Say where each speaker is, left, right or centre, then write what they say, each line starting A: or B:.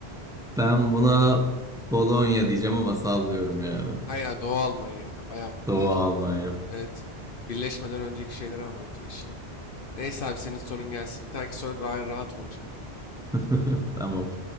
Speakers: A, in the centre; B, on the left (about 60°).
A: ben buna Bologna diyeceğim ama sallıyorum yani.
B: Hayır, ya Doğu Almanya ya bayağı popüler.
A: Doğu Almanya.
B: Evet. Birleşmeden önceki şeyleri anlatıyor işte. Neyse abi senin sorun gelsin. Bir dahaki soru daha rahat olacak.
A: <laughs> Tamam.